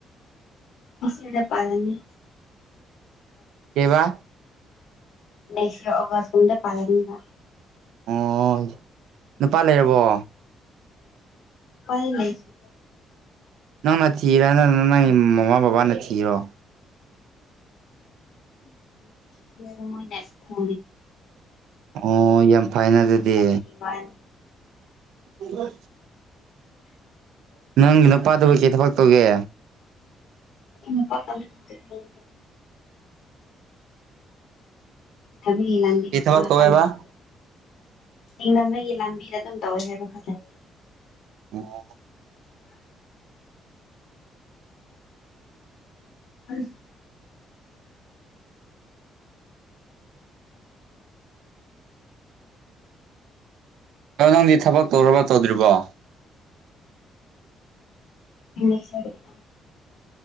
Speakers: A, on the left; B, on the right.
A: ꯁ ꯄꯅꯤ
B: ꯀꯩꯕꯥ
A: ꯅꯩꯁꯤ ꯑꯒꯁ ꯀꯗ ꯄꯥꯅꯤꯕ
B: ꯑꯣ ꯅꯨꯄꯥ ꯂꯩꯔꯕꯣ
A: ꯄ ꯂꯩ ꯁꯤ
B: ꯅꯪꯅ ꯊꯤꯔꯦ ꯅꯅ ꯅꯪꯒꯤ ꯃꯃꯥ ꯕꯕꯥꯅ ꯊꯤꯔꯣ
A: ꯊ ꯊ ꯃꯣꯏ ꯅ ꯊ
B: ꯑꯣ ꯌꯥꯝ ꯐꯥꯏꯅ ꯑꯗꯨꯗꯤ
A: ꯂꯩꯇꯕꯒꯤ ꯋꯥꯅꯤ
B: ꯑ ꯅꯪꯒꯤ ꯅꯨꯄꯥꯗꯕ ꯀꯩ ꯊꯕꯛ ꯇꯧꯒꯦ
A: ꯏꯩꯅ ꯄ ꯀꯜꯂ ꯇ ꯀꯜꯂ ꯇꯦ ꯊꯕꯤꯒꯤ ꯂꯝꯥꯟꯕꯤ
B: ꯀꯩ
A: ꯊ
B: ꯊꯕꯛ
A: ꯀ
B: ꯇꯧꯋꯦꯕ
A: ꯇꯧ ꯍꯦꯡꯅ ꯃꯒꯤ ꯂꯝꯕꯤꯗ ꯑꯗꯨꯝ ꯇꯧꯋꯦ ꯍꯥꯏꯕ ꯈꯛꯇꯅꯤ
B: ꯑꯣ
A: ꯑ
B: ꯑꯣ ꯅꯪꯗꯤ ꯊꯕꯛ ꯇꯧꯔꯕ ꯇꯧꯗ꯭ꯔꯤꯕꯣ
A: ꯁꯇ